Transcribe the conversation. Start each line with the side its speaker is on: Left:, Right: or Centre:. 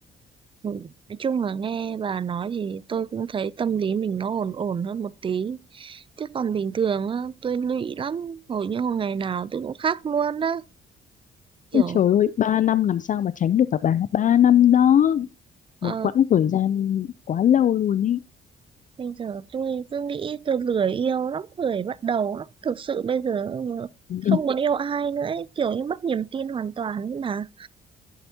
Right: ừ, nói chung là nghe bà nói thì tôi cũng thấy tâm lý mình nó ổn ổn hơn một tí chứ còn bình thường á tôi lụy lắm hầu như hồi ngày nào tôi cũng khóc luôn á kiểu
Left: Ôi trời ơi ba năm làm sao mà tránh được cả bà ba năm đó
Right: ờ,
Left: một quãng thời gian quá lâu luôn ý
Right: Bây giờ tôi cứ nghĩ tôi lười yêu lắm, lười bắt đầu lắm. Thực sự bây giờ
Left: Nên
Right: không muốn yêu ai nữa ấy, kiểu như mất niềm tin hoàn toàn ấy mà.